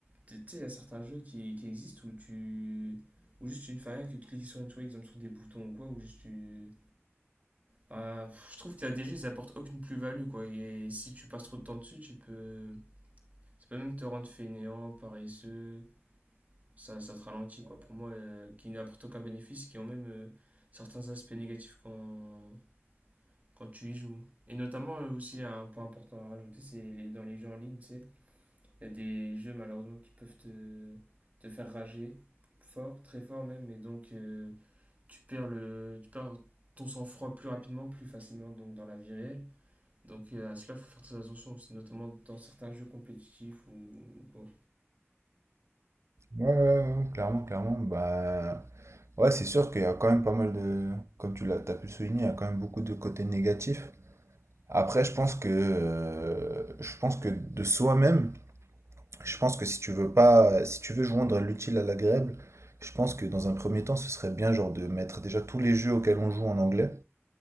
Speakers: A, on the right (about 35°); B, on the right (about 75°).
A: t'es- Tu sais, il y a certains jeux qui, qui existent où tu. Ou juste tu ne fais rien que de cliquer sur une souris, exemple sur des boutons ou quoi, ou juste tu. Ah, pff, je trouve que la DG, ils apportent aucune plus-value, quoi. Et si tu passes trop de temps dessus, tu peux. Ça peut même te rendre fainéant, paresseux. Ça, ça te ralentit, quoi. Pour moi, euh, qui n'apportent aucun bénéfice, qui ont même euh, certains aspects négatifs quand, quand tu y joues. Et notamment, euh, aussi, un point important à rajouter, c'est les- dans les jeux en ligne, tu sais, Il y a des jeux malheureusement qui peuvent te, te faire rager fort, très fort même, et donc euh, tu perds le, tu perds ton sang-froid plus rapidement, plus facilement donc dans la vie réelle. Donc euh, à cela, il faut faire très attention. C'est notamment dans certains jeux compétitifs ou, ou quoi.
B: Ouais, ouais, ouais, ouais, clairement, clairement. Bah, ouais, c'est sûr qu'il y a quand même pas mal de. Comme tu l'as, t'as pu le souligner, il y a quand même beaucoup de côtés négatifs. Après, je pense que, euh, je pense que de soi-même, je pense que si tu veux pas, si tu veux joindre l'utile à l'agréable, je pense que dans un premier temps, ce serait bien genre de mettre déjà tous les jeux auxquels on joue en anglais